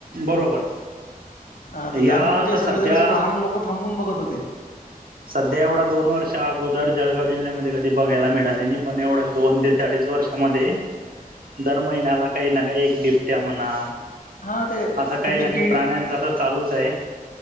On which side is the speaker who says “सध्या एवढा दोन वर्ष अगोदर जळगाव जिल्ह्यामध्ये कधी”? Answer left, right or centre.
Right